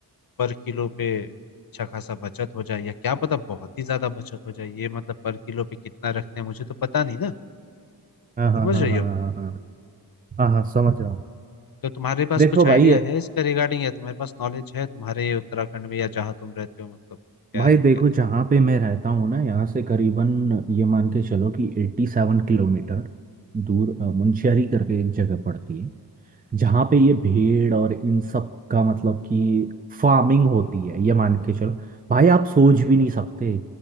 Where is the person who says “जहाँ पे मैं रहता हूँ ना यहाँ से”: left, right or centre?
Right